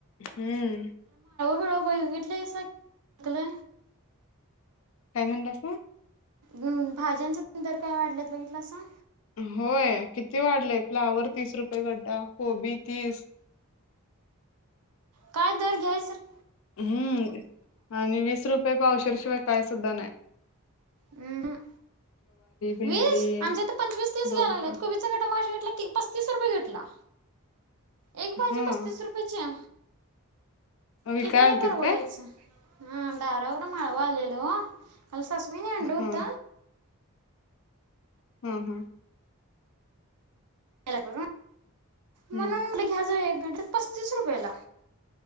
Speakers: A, on the left; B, on the right.
A: हम्म
B: प बगीत दिसकले
A: काय म्हणल्यासा
B: हम् भाज्यांचा तेन दर काय वाढलेत बघितलासा
A: होय किती वाढलेय फ्लावर तीस रुपये गड्डा कोबी तीस
B: काय दर घ्यायसारख
A: हम्म आणि वीस रुपये पावशेर पावशेर शिवाय काय सुद्धा नाय
B: हम् हम
A: भेंडी
B: वीस आमच्या तर पंचवीस तीस
A: दोडक
B: घ्याय लागलेत कोबीसचा गड्डा मगाशी घेतला तीस पस्तीस रुपये घेतला. एक भाजी
A: हा
B: पस्तीस रुपयची
A: विकाय
B: कितीला
A: आलतीत
B: परवडायचं
A: काय?
B: हम दारावर माळव आलेल ओ काल सासूबाईंनी आणल होत.
A: हा हा हा
B: तेला करून
A: हम्म
B: म्हणून म्हटल घ्या जावा एक हेनी आणलेत पस्तीस रुपयला